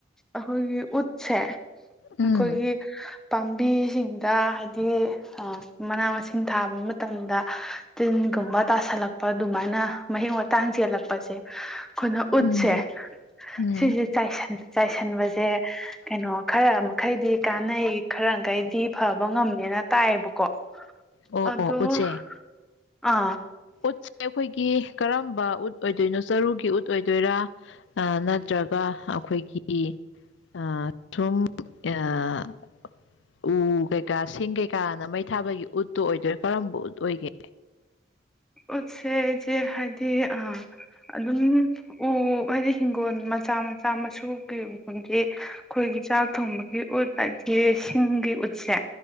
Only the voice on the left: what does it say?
ꯎꯝ
ꯎꯝ ꯎꯝ
ꯑꯣ
ꯑꯣ ꯎꯠꯁꯦ
ꯎꯠꯁꯦ ꯑꯈꯣꯏꯒꯤ ꯀꯔꯝꯕ ꯎꯠ ꯑꯣꯏꯗꯣꯏꯅꯣ ꯆꯔꯨꯒꯤ ꯎꯠ ꯑꯣꯏꯗꯣꯏꯔꯥ ꯑ ꯅꯠꯇ꯭ꯔꯒ ꯑꯈꯣꯏꯒꯤ ꯑ ꯁꯨꯝ ꯑ ꯎ ꯀꯩꯀꯥ ꯁꯤꯡ ꯀꯩꯀꯥꯅ ꯃꯩ ꯊꯥꯕꯒꯤ ꯎꯠꯇꯨ ꯑꯣꯏꯗꯣꯏꯔ ꯀꯔꯝꯕ ꯎꯠ ꯑꯣꯏꯒꯦ